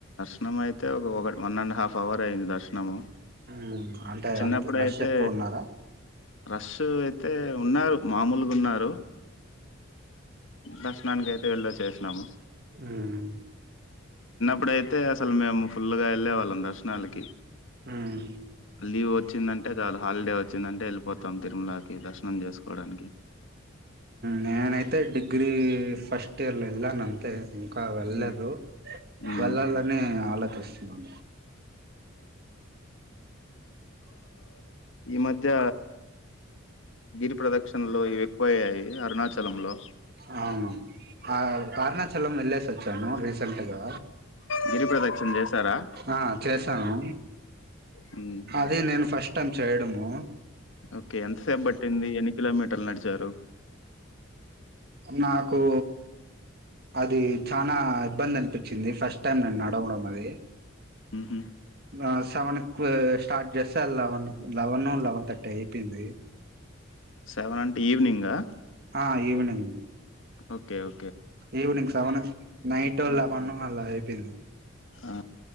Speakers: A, on the left; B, on the right.
A: దర్శనం అయితే ఒక వన్ అండ్ హాఫ్ అవర్ అయ్యింది దర్శనము
B: ఉమ్ అంటే
A: చిన్నప్పుడు
B: అంత రష్
A: అయితే
B: ఎక్కువ ఉన్నారా
A: రస్సు అయితే ఉన్నారు మామూలుగా ఉన్నారు దర్శనానికయితే వెళ్ళచు చేసాము
B: ఉమ్
A: ఇప్పుడైతే అసలు మేము ఫుల్ గా వెళ్ళే వాళ్ళం దర్శనాలకి
B: ఉమ్,
A: లీవ్ వచ్చిందంటే చాలా హాలిడే వచ్చిందంటే వెళ్ళిపోతాం తిరుమలకి దర్శనం చేసుకోవడానికి
B: నేనైతే డిగ్రీ ఫస్ట్ ఇయర్ల ఎళ్లను అంతే ఇంకా వెళ్లేదు
A: హ్మ్ హ్మ్
B: వెళ్ళాలని ఆలోచిస్తు <inaudible>
A: ఈ మధ్య గిరి ప్రదక్షిణలు ఇవి ఎక్కువయ్యాయి అరుణాచలంలో
B: అవునవును ఆ అరుణ చలం వెళ్ళస్ వచ్చ ను రీసెంట్గా
A: గిరి ప్రదక్షిణ చేశారా?
B: ఆ చేసాను
A: హ్మ్
B: అది నేను ఫస్ట్టైం చేయడము
A: ఓకే ఎంతసేపు పట్టింది ఎన్ని కిలోమీ టర్లు నడిచారు
B: నాకు అది చనా ఇబ్బంది అనిపించింది ఫస్ట్ టైం నేను నడవడం అది
A: ఊహు
B: ఆ సెవెన్ కు స్టార్ట్ చేస్తే లెవెన్ లెవెను లెవెన్ థర్టీ అయిపోయింది
A: సెవెన్ అంటే ఈవెనింగా
B: ఆ ఈవెనింగ్
A: ఓకే ఓ
B: ఈవీనింగ్ సెవెన్ నైట్ లెవెను అలా ఐ పోయింది
A: ఆ